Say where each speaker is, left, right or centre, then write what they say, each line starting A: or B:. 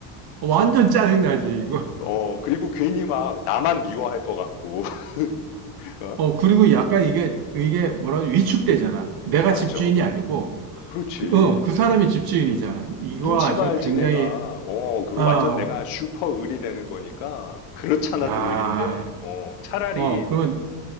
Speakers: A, on the right; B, on the left.
A: 어, 완전 짜증나지, 이거.
B: 어, 그리고 괜히 막 나만 미워할 것 같고, <laughs> 어?
A: 어, 그리고 약간 이게, 이게 뭐라 고 위축되잖아. 내가
B: 맞아.
A: 집주인이 아니고,
B: 그렇지.
A: 그- 어, 그 사람이 집주인이잖아. 이거
B: 눈치
A: 아주
B: 봐야지
A: 굉장히,
B: 내가. 어, 그거
A: 아,
B: 완전 내가 슈퍼 을이 되는 거니까. 그렇잖아도
A: 야,
B: 을인데. 어, 차라리
A: 어, 그런,